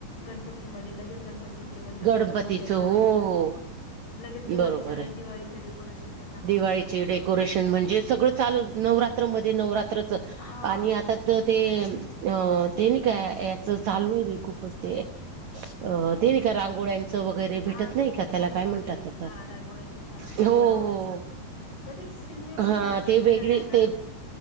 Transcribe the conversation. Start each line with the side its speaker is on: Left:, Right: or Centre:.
Left: गणपतींमध्ये लगेच गणपतीचे गणपतींच्या
Right: गणपतीचं
Left: मूर्त्या ठेवायच्या.
Right: हो हो
Left: लगेच दिवाळीच्या
Right: बरोबर
Left: वेळेस
Right: आहे
Left: दिवाळीचं डेकोरेशनचं सामान
Right: दिवाळीचे
Left: ठेवायचं
Right: डेकोरेशन म्हणजे सगळं चालू नवरा म नवरात्रच
Left: हा
Right: आणि आता तर ते अ ते नाही काय याच चालू आहे भ खूपच ते अ ते नाही का रांगोळ्यांचं वगैरे
Left: हा
Right: भेटत
Left: ते
Right: नाही का त्याला
Left: छापे
Right: काय म्हणतात.
Left: वगैरे
Right: हो
Left: हा रांगोळ्यांचे छापे
Right: हो
Left: ते बनवायचं.
Right: हो.
Left: मग ते सिझनेबल
Right: हा
Left: धंदा करणाऱ्याला
Right: ते वेगळे
Left: आहे ना
Right: ते.